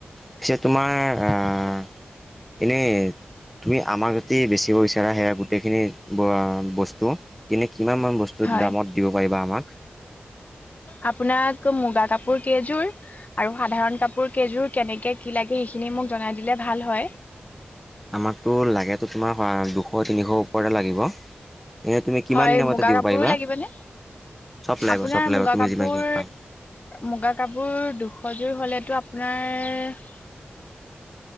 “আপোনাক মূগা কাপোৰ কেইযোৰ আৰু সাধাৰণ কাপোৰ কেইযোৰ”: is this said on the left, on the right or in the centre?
Left